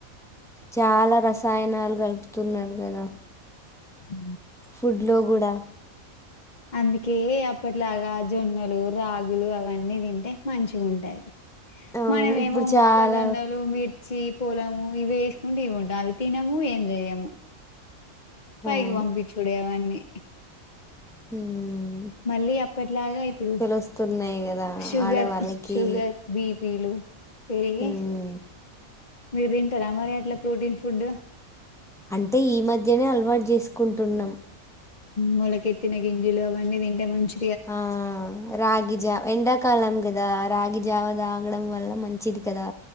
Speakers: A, in the centre; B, on the left.
A: చాలా రసాయనాలు కలుపుతున్నారు కదా
B: ఉ
A: ఫుడ్లో కూడా
B: అందుకే అప్పట్లాగా జొన్నలు రాగులు అవన్నీ తింటే మంచిగా ఉంటాయి
A: అవును
B: మనము
A: ఇప్పుడు
B: ఏమో మొక్కజొన్నలు
A: చాలా
B: మీర్ చ్చి పొలము ఇవి వేసుకుంటే ఇవి ఉంటాయి అవి తినము ఏం చేయము పైకి
A: అవును
B: వంపిచుడే అవన్నీ
A: హ
B: మళ్ళీ అప్పటి లాగా ఇప్పుడు
A: వస్తున్నాయి కదా
B: షుగర్
A: ఆడవాళ్ళకి
B: షుగర్ బీపీలు పెరిగి
A: మ్మ్.
B: మీరు తింటారా మరి అట్లా ప్రోటీన్ ఫుడ్
A: అంటే ఈ మధ్యనే అలవాటు చేసుకుంటున్నాం
B: మోలకెత్తిన గింజిలు అవన్నీ తింటే మంచి
A: ఆ రాగిజా ఎండాకాలం కదా రాగిజావత్ తాగడం వల్ల మంచిది కదా